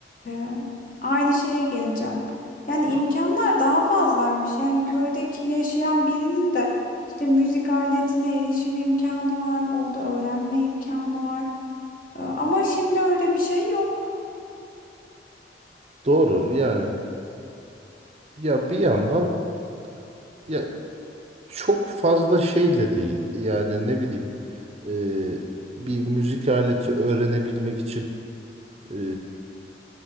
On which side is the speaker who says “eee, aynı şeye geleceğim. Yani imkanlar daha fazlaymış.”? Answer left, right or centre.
Left